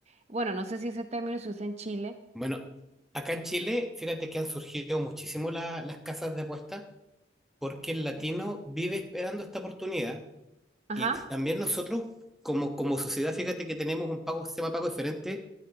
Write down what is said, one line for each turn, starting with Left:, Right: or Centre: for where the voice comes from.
Right: Bueno, no sé si ese término se usa en Chile.
Centre: Bueno, acá en Chile, fíjate que han surgido muchísimo la- las casas de apuestas porque el latino vive esperando esta oportunidad
Right: Ajá.
Centre: Y también nosotros, como, como sociedad, fíjate que tenemos un pago, un sistema de pago diferente